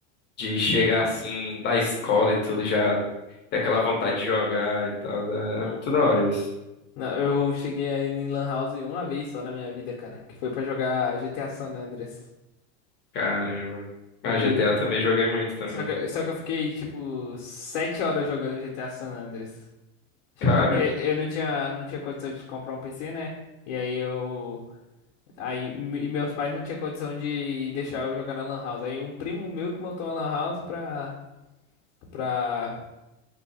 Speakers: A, on the left; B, on the left.
A: de chegar assim da escola e tudo, e já ter aquela vontade de jogar e tal. né? É muito da hora isso.
B: Não, eu cheguei aí em Lan House uma vez só na minha vida, cara, que foi pra jogar GTA San Andreas.
A: Caramba.
B: Eu,
A: Ah,
B: jo-
A: GTA também joguei muito também.
B: Só que, só que eu fiquei, tipo, sete horas jogando GTA San Andreas. Tipo,
A: Caramba,
B: porque eu não tinha, não tinha condição de comprar um PC, né? E aí eu. Aí, m- e meus pais não tinham condição de deixar eu jogar na Lan House. Aí um primo meu que montou uma Lan House pra. pra.